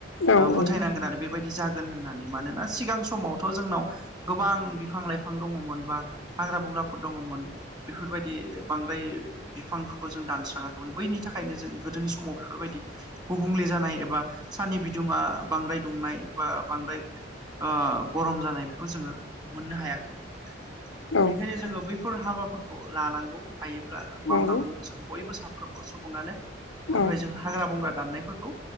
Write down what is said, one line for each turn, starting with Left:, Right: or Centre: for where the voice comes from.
Left: औ
Right: ओ
Left: औ
Right: फोथायनांगोन आरो बेबायदि जागोन होननानै मानोना सिगां समावथ' जोंनाव गोबां बिफां लाइफां दङमोन बा हाग्रा बंग्राफोर दङमोन। बेफोरबायदि बांद्राय बिफांफोरखौ जों दानस्राङाखैमोन बैनि थाखायनो जों गोदोनि समाव बेफोरबायदि गुबुंले जानाय एबा साननि बिदुुङा बांद्राय दुंनाय एबा बांद्राय ओ गरम जानाय बेखौ जोङो मोननो हायाखैमोन।
Left: औ
Right: बेनिखायनो जोङो बैफोर हाबाफोरखौ लानांगौ हायोब्ला मावनांगौ
Left: नंगौ
Right: जों बयबो साफा फ्रोमबो सुबुङानो ओमफ्राय
Left: औ
Right: जोंहा हाग्रा बंग्रा दाननायफोरखौ